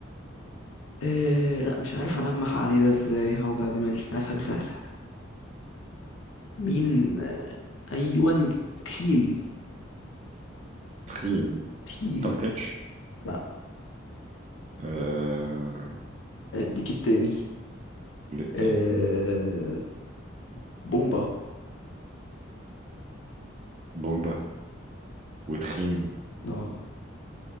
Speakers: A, on the left; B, on the right.
A: إيه لا مش عارف ألمح عليه ده ازاي هوجع دماغي عايز حاجة سهلة مين آه، أيوان تين
B: تخين
A: تين
B: متمكنش
A: لا
B: آه
A: اديك التاني
B: والتاني
A: آه بومبا
B: بومبا وتخين
A: اه